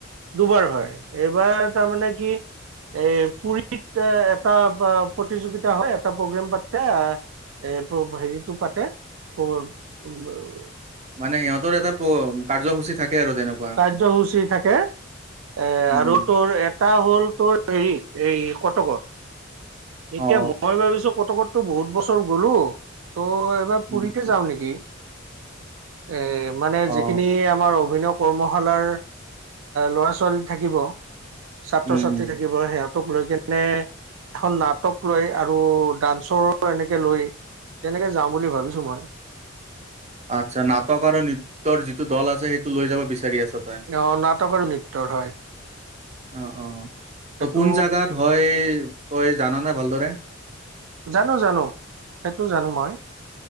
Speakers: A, on the right; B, on the right.
A: দুবাৰ হয়। এইবাৰ তাৰমানে কি এ পুৰীত এটা প্ৰতিযোগিতা হয়। এটা প্ৰগ্ৰেম পাতে এ হেৰিটো পাতে উ
B: মানে সিহঁতৰ এটা কাৰ্যসূচী থাকে আৰু তেনেক-
A: কাৰ্যসূচী থাকে এ
B: উম
A: আৰু তোৰ এক এটা হ'ল তোৰ হেৰিত এই কটকত। এতিয়া
B: অ
A: মই ভাবিছো কটকততো বহুত বছৰ গ'লো ত' এবাৰ
B: উম
A: পুুৰীতে যাও নেকি। এ মানে
B: অ
A: যিখিনি আমাৰ অভিনক কৰ্মশালাৰ ল'ৰা ছোৱালী থাকিব ছাত্ৰ
B: উম
A: ছাত্ৰী থাক- এইবাৰ সিহঁতক লৈ কিনে এখন নাট টক লৈ আৰু ডান্সৰো এনেকে লৈ, তেনেকে যাওঁ বুলি ভাবিছো মই।
B: আচ্ছা নাটক আৰু নৃত্যৰ যিটো দল আছে সেইটো লৈ যাব বিচাৰি আছা।
A: অ নাটক আৰু নৃত্যৰ হয়।
B: অ অ
A: সেইটো
B: ত কোন জাগাত হয় তই জানানে ভালদৰে।
A: জানো জানো সেইটো জানো মই